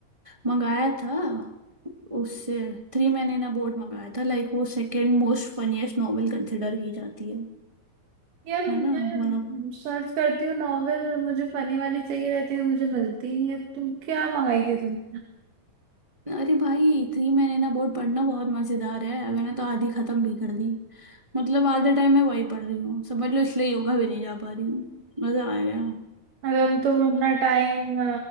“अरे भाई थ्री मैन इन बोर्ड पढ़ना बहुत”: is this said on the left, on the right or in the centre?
Right